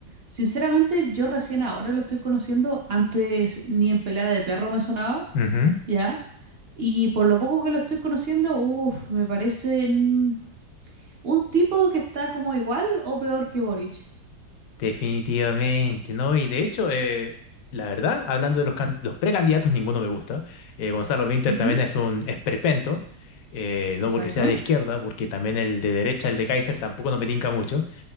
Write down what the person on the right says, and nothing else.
sinceramente, yo recién ahora lo estoy conociendo, antes ni en pelea de perro me sonaba,
¿ya? Y por lo poco que lo estoy conociendo, uff, me parece mm, un tipo que está como igual o peor que Boric.
Ujú,
exacto.